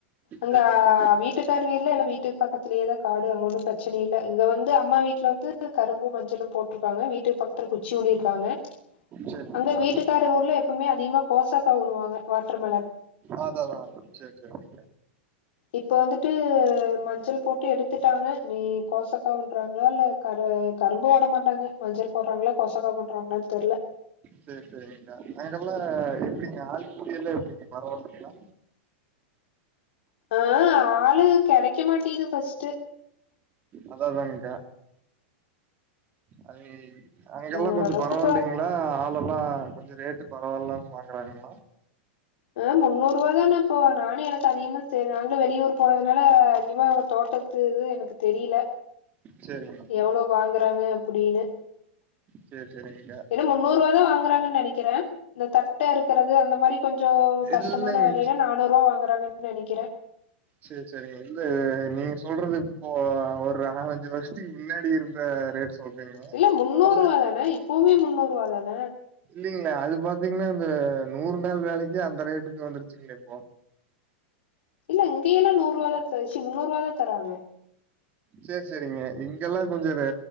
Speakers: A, on the left (about 70°); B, on the right (about 25°).
A: அங்க
B: சேரிங்க
A: வீட்டுக் த்தார் வீர்ல வீட்டுக்கு பக்கத்திலியேதா காடு அங்க ஒன்னு பிரச்சன இல்ல இங்க வந்து அம்மா வீட் ட்ல வந்து கரும்பு மஞ்சளு போட்டிருக்காங்க வீட்டுக்கு பக்கத்துல குச்சி ஊணி இருக்காங்க
B: சேரிங்க
A: அங்க வீட்டுக்கார் ஊர்ல எப்பவுமே அதிகமா கோசக்கா ஊண்ணுவாங்க வாட்டர்மெலன்
B: ஆதாவா சரி சரி
A: இப்ப வந்துட்டு மஞ்சள் போட்டு எடுத்துட்டாங்க நீ கோசக்கா ஊண்றாங்களா இல்ல கரு கரும்பு ஓடமாட்டாங்க மஞ்சள் போறாங்களா கோசக்கா போடறாங்களானு தெர்ல
B: சேரி சேரிங்க அங்கெல்லா எப்டிங்க்கா ஆள் கூலி எல்லா எப்டிங் பரவாலிங்களா
A: ஆ ஆளு கெடைக்கமாட்டிது ஃபஸ்ட்
B: அதா அதாங்க்கா அது அங்கெல்லா
A: ஓரளவுக்கு
B: கொஞ்ச பரவால்லிங்களா
A: இப்ப
B: இல்லா இவ்ளா கொஞ்ச ரேட்டு பரவாயில்லாம வாங்கறாங்கங்களா
A: ஆ முன்னூரூவாதான இப்ப நானே எனக்கு அதிகமா சரி நாங்களு வெளியூர் போறதுனால அதிகமா அவங்க தோட்டத் த்து இது எனக்கு தெரியல
B: சேரிங்கா
A: எவ்ளோ வாங்கறாங்க அப்டின்னு
B: சேரி சேரிங்கக்கா
A: என்ன முன்னூரூவாதா வாங்குறாங்கன்னு நெனைக்கிறே இந்த தட்ட இருக்கிறது அந்த மாரி கொஞ்சே கஷ்டமான
B: இல்லைங்க
A: வேலையிலா நானூரூவா வாங்குறாங்கன் நெனைக்கிறே
B: சேரி சேரிங்க இல்ல நீங்க சொல்றது இப்போ ஒரு நாளஞ்சு வருஷத்துக்கு முன்னாடி இருந்த ரேட் சொல்றீங்க
A: இல்ல முன்னூரூவா
B: இப்பல்லா
A: தான இப்பவுமே முன்னூரூவா தான
B: இல்லிங்களே அது பாத்தீங்கன்னா இந்த நூறு நாள் வேலைக்கு அந்த ரேட்க்கு வந்துருச்சிங்களே இப்போ
A: இல்ல இங்கயெல்லா நூறு ரூவா தச்சி முன்னூரூவா தா தராங்க
B: சே சேரிங்க இங்கெல்லா கொஞ்ச ரே